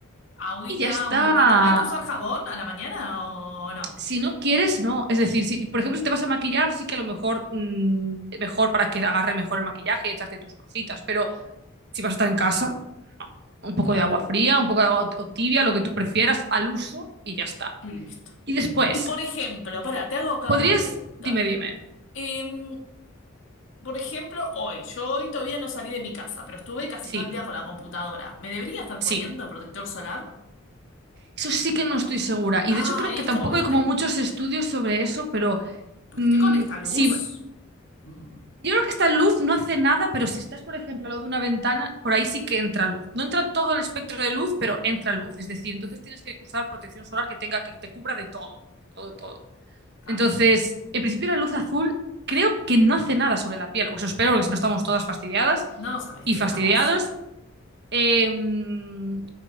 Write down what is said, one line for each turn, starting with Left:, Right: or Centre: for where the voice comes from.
Left: Agüita,
Right: Y ya está.
Left: un poquito. ¿Hay que usar jabón a la mañana o no?
Right: Si no quieres, no. Es decir, si, por ejemplo, si te vas a maquillar, sí que a lo mejor, mm, mejor para que agarre mejor el maquillaje y echarte tus cositas, pero... si vas a estar en casa, no. un poco
Left: Claro.
Right: de agua fría, un poco de agua o tibia, lo que tú prefieras, al uso y ya está.
Left: Y listo.
Right: Y después,
Left: Y por ejemplo, pará, te hago acá
Right: podrías,
Left: una pregunta.
Right: dime, dime.
Left: Em, por ejemplo, hoy, yo hoy todavía no salí de mi casa, pero estuve casi
Right: Sí,
Left: todo el día con la computadora. ¿Me debería estar
Right: sí.
Left: poniendo protector solar?
Right: Eso sí que no estoy segura. Y
Left: Ah,
Right: de hecho creo
Left: y
Right: que
Left: es
Right: tampoco
Left: como, viste,
Right: hay como muchos estudios sobre eso, pero
Left: porque
Right: mm,
Left: estoy con esta luz.
Right: si, yo
Left: Mm,
Right: creo que esta luz no hace nada, pero si estás, por ejemplo, al lado de una ventana, por ahí sí que entra luz. No entra todo el espectro de luz, pero entra luz. Es decir, entonces tienes que usar protección solar que tenga, que te cubra de todo, de todo, todo.
Left: claro.
Right: Entonces, en principio la luz azul creo que no hace nada sobre la piel, o eso espero, porque si no estamos todas fastidiadas
Left: No, ¿sabes
Right: y
Left: qué?
Right: fastidiados.
Left: Estamos.
Right: Em,